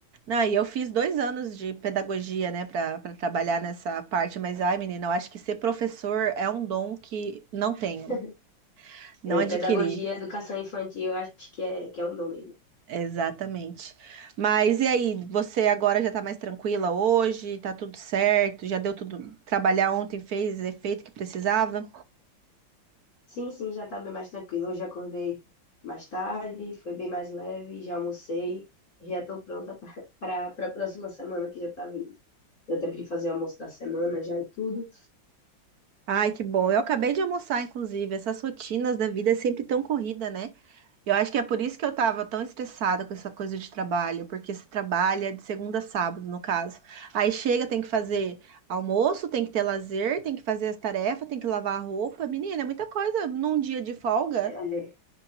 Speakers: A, on the right (about 55°); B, on the left (about 45°).
A: Não, e eu fiz dois anos de pedagogia, né, para para trabalhar nessa parte, mas ai, menina, eu acho que ser professor é um dom que não tenho,
B: <laughs>
A: não
B: É,
A: adquiri.
B: pedagogia, educação infantil, eu acho que é, que é um dom mesmo.
A: Exatamente. Mas e aí, você agora já tá mais tranquila hoje? Tá tudo certo? Já deu tudo? Trabalhar ontem fez efeito que precisava?
B: Sim, sim, já tá bem mais tranquilo. Hoje acordei mais tarde, foi bem mais leve, já almocei, já tô pronta para para a <laughs> próxima semana que já tá vindo. Deu tempo de fazer o almoço da semana já e tudo.
A: Ai, que bom. Eu acabei de almoçar, inclusive. Essas rotinas da vida é sempre tão corrida, né? Eu acho que é por isso que eu tava tão estressada com essa coisa de trabalho, porque se trabalha de segunda a sábado, no caso. Aí chega, tem que fazer almoço, tem que ter lazer, tem que fazer as tarefas, tem que lavar a roupa. Menina, é muita coisa num dia de folga,
B: É,